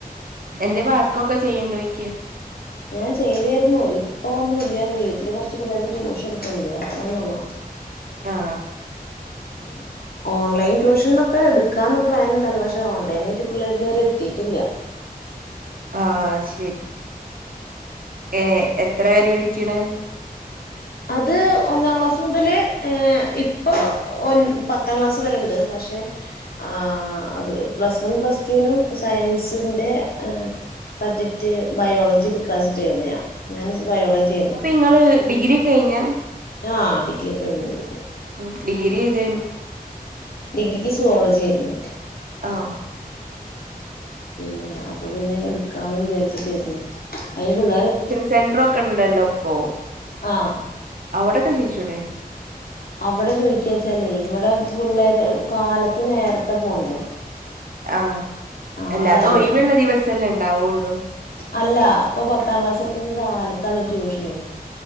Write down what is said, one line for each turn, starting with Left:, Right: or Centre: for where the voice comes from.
Right: എന്തേം വർക്കൊക്കെ ചെയ്യണ്ടോക്ക്
Left: ഞാൻ ചെയ്തരുന്നു ഇപ്പൊ ഇപ്പൊ ഒന്നുംല്ല വീട്ടില് കുറച്ച് പിള്ളേർക്ക് ട്യൂഷൻ എടുക്കണ്ടു അത്രേന്നേ ഉള്ളോ
Right: ആഹ്
Left: ആഹ് ഓൺലൈൻ ട്യൂഷനൊക്കെ എടുക്കാന്ന് പ്ലാന ഉണ്ടത് പക്ഷെ ഓൺലൈനായിയിട്ട് പിള്ളേർ ഇത്തുവരെ എത്തിയിട്ടില്ല.
Right: ആഹ് ശരി ഏ എത്ര വരെ ഇടുക്കണ്?
Left: അത് ഒന്നാം ക്ലാസ് മുതല് ഇപ്പൊ ഒ പത്താം ക്ലാസ് വരെണ്ട് പക്ഷെ ആഹ് അത് പ്ലസ് വൺ പ്ലസ്ടുവിനു സയൻസിന്റെ സബ്ജക്ട് ബയോളജി എടുക്കാച്ചിട്ടായിരുന്നു ഞൻ ഞാൻ ബയോളജി ആയിരുന്നു
Right: നിങ്ങള് ഡിഗ്രി ക്കേ കഴിഞ്ഞ
Left: ആഹ് ഡിഗ്രി ഒക്കെ കഴിഞ്ഞിണ്ട്
Right: ഉം ഡിഗ്രഏതൈനിം
Left: ഡിഗ്രിക്ക് സുവോളജി ആയിരുന്നു.
Right: ആഹ്
Left: പിന്നെ അപ്പൊ പിന്നെ ഇടുക്കാന്ന് വിചാരിച്ചിട്ടായിരുന്നു അതിന് പിള്ളേരെ എത്തി
Right: സെന്റർക്കെ ഉണ്ടല്ലോ ഇപ്പോ?
Left: ആഹ്
Right: അവിടൊക്കെ ചൊയ്‌ച്ചുലെ?
Left: അവിടെ ചോയ്ക്കച്ചാലേ ഇവിടെ പിള്ളേര് കാലത്ത് നേരത്തെ പോണ്ടേ?
Right: ആഹ്
Left: ആഹ്
Right: അല്ലതെഒയിവുള്ള
Left: അതാണ്
Right: ദിവസല്ലേ ഉണ്ടാവുള്ളൂ.
Left: അല്ല ഇപ്പൊ പത്താം ക്ലാസ്സക്കൊക്കെ കാലത്താണ് ട്യൂഷനെ